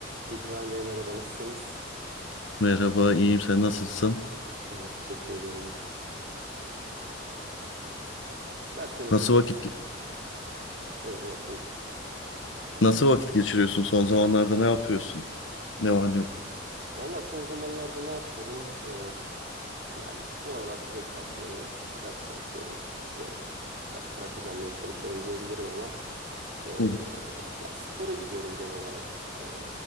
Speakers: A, on the right; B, on the left.
A: İbrahim Bey merhaba nasılsınız?
B: Merhaba, iyiyim. Sen nasılsın?
A: Ee, teşekkür ederim. İsterseniz
B: Nasıl
A: biraz
B: vakit
A: Ee, evet buyurun.
B: nasıl vakit geçiriyorsun son zamanlarda? Ne yapıyorsun? Ne var ne yok?
A: Valla son zamanlarda ne yapıyorum? Ee, yani bu aralar sürekli aslında biraz ders çalışıyorum. İşte biraz para kazanmaya çalışıyorum diyebilirim ama ee,
B: Hı hı.
A: yani spora gidiyorum genel olarak. Ee,